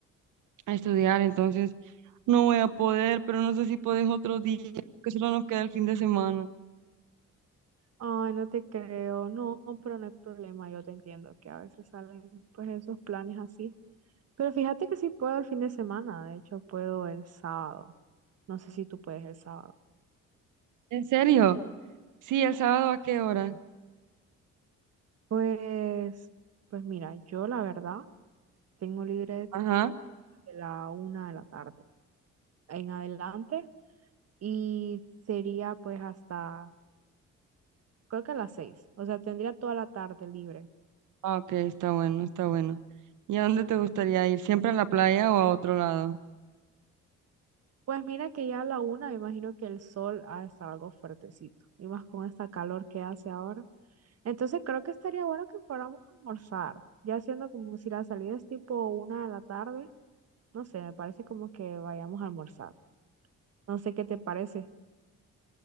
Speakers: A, on the right (about 80°); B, on the right (about 55°).
A: a estudiar, entonces no voy a poder, pero no sé si podés otro día, que solo nos queda el fin de semana.
B: ay, no te creo, no, pero no hay problema, yo te entiendo que a veces salen pues esos planes así. Pero fíjate que sí puedo el fin de semana, de hecho puedo el sábado. No sé si tú puedes el sábado.
A: ¿En serio? Sí, el sábado ¿a qué hora?
B: Pues, pues mira, yo la verdad tengo libre
A: Ajá.
B: de la una de la tarde en adelante y sería pues hasta, creo que a las seis, o sea, tendría toda la tarde libre.
A: Ah, ok, está bueno, está bueno. ¿Y a dónde te gustaría ir? ¿Siempre a la playa o a otro lado?
B: Pues mira que ya a la una me imagino que el sol ha de estar algo fuertecito y más con esta calor que hace ahora. Entonces creo que estaría bueno que fuéramos a almorzar, ya siendo como si la salida es tipo una de la tarde, no sé, me parece como que vayamos a almorzar. No sé qué te parece.